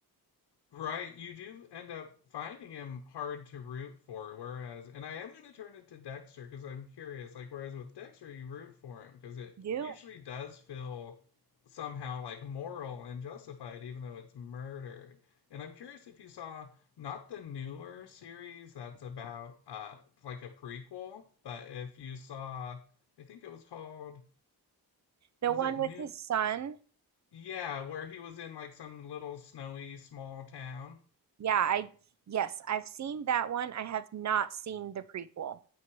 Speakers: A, on the left; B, on the right.
A: Right, you do end up finding him hard to root for, whereas, and I am going to turn it to Dexter because I'm curious. Like, whereas with Dexter, you root for him because it
B: do
A: usually does feel somehow like moral and justified, even though it's murdered. And I'm curious if you saw not the newer series that's about uh like a prequel, but if you saw, I think it was called,
B: the
A: was
B: one
A: it New?
B: with his son.
A: Yeah, where he was in like some little snowy small town.
B: Yeah, I yes, I've seen that one. I have not seen the prequel.